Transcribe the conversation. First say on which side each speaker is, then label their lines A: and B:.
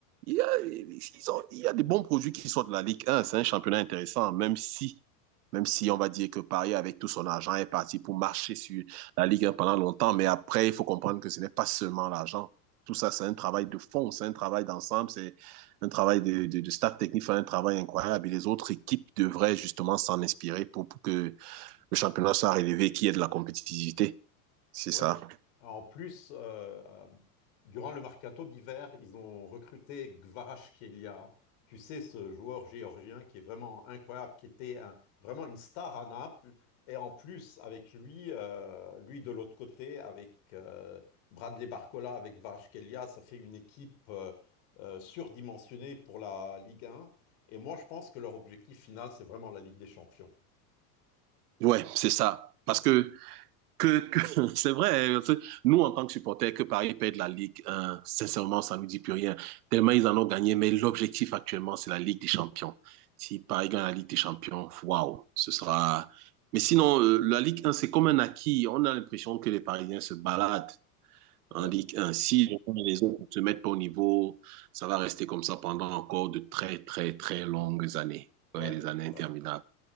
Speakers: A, on the right; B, on the left.
A: Il y a, ils ont- il y a des bons produits qui sortent de la Ligue 1. C'est un championnat intéressant, même si, même si on va dire que Paris, avec tout son argent, est parti pour marcher sur la Ligue 1 pendant longtemps. Mais après, il faut comprendre que ce n'est pas seulement l'argent. Tout ça, c'est un travail de fond, c'est un travail d'ensemble, c'est un travail de, de, de staff technique, c'est un travail incroyable. Et les autres équipes devraient justement s'en inspirer pour, pour que le championnat soit relevé, qu'il y ait de la compétitivité. C'est
B: Oui.
A: ça.
B: En plus, euh, euh, durant le mercato d'hiver, ils ont recruté Kvaratskhelia. Tu sais, ce joueur géorgien qui est vraiment incroyable, qui était un- vraiment une star à Naples. Et en plus, avec lui, euh, lui de l'autre côté, avec euh, Bradley Barcola, avec Kvaratskhelia, ça fait une équipe euh, euh, surdimensionnée pour la Ligue 1. Et moi, je pense que leur objectif final, c'est vraiment la Ligue des Champions.
A: Ouais, c'est ça. Parce que que, que <laughs> c'est vrai, hein, c'est- nous en tant que supporters, que Paris perd la Ligue 1, sincèrement, ça ne nous dit plus rien, tellement ils en ont gagné, mais l'objectif actuellement, c'est la Ligue des Champions. Si Paris gagne la Ligue des Champions, waouh, ce sera... Mais sinon, euh, la Ligue 1, c'est comme un acquis, on a l'impression que les Parisiens se baladent
B: Ouais,
A: en Ligue
B: ouais,
A: 1. Si les autres ne se mettent pas au niveau, ça va rester comme ça pendant encore de très, très, très longues années,
B: ouais,
A: ouais, des années interminables.
B: ouais.